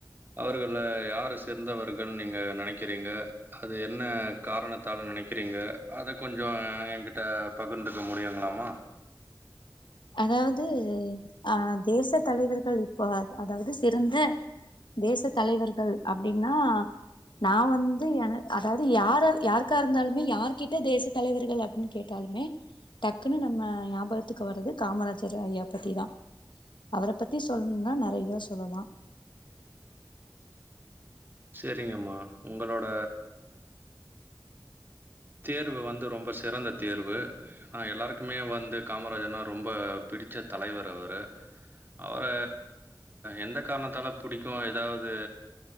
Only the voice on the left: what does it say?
அதாவது ஆ தேச தலைவர்கள் இப்போ அதாவது சிறந்த தேச தலைவர்கள் அப்டினா நா வந்து அதாவது யார் யாருக்கா இருந்தாலுமே யாருகிட்ட தேச தலைவர்கள் அப் னு கேட்டாலுமே டக்குன்னு நம்ம ஞாபகத்துக்கு வர்றது காமராஜர் ஐயா பத்தி தா அவர பத்தி சொல்லணும்னா நெறையா சொல்லலா